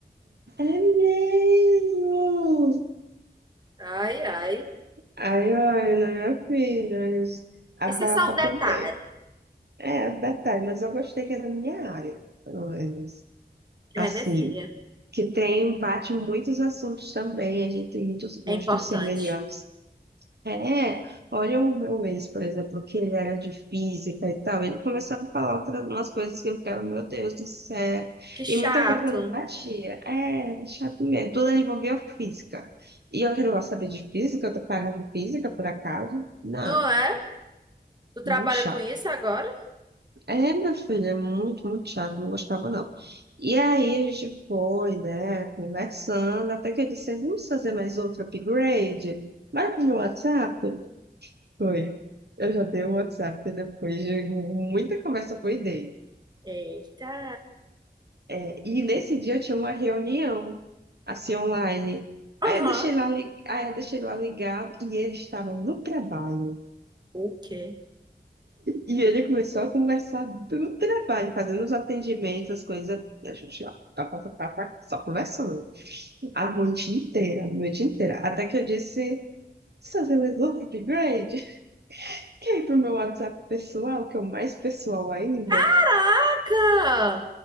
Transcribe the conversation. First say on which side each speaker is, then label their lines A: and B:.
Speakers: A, on the right; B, on the right.
A: É mesmo!
B: Ai, ai.
A: Aí, olha, minha filha, abafa
B: Esse é só um detalhe.
A: também. É, detalhe, mas eu gostei que é da minha área, pelo menos. Assim,
B: É, minha filha,
A: que tem, bate muitos assuntos também, a gente tem muitos gostos
B: é importante.
A: semelhantes. É, olha o meu ex, por exemplo, que ele era de física e tal, ele começava a falar outras umas coisas que eu ficava, meu Deus do céu,
B: Que chato,
A: e muita coisa não batia. É, chato mesmo, tudo ele envolvia física. E eu que não gosto de saber de física, eu tô pagando física por acaso? Não,
B: não é? Tu trabalha
A: muito chato.
B: com isso agora?
A: É, meu filho, é muito, muito chato, não gostava não. E aí a gente foi, né, conversando, até que eu disse, vamos fazer mais outro upgrade? Vai pro meu WhatsApp? Foi. Eu já dei o WhatsApp depois de muita conversa, foi dei.
B: Eita.
A: É, e nesse dia eu tinha uma reunião, assim, online.
B: Aham.
A: Aí eu deixei lá, li- aí eu deixei lá ligado e ele estava no trabalho.
B: O quê?
A: E ele começou a conversar do trabalho, fazendo os atendimentos, as coisas. E a gente, ó, pá, pá, pá, pá, pá, só conversando. A noite inteira, a noite inteira. Até que eu disse, "Só você resolveu o upgrade? Quer ir pro meu WhatsApp pessoal, que é o mais pessoal ainda?
B: Caraca!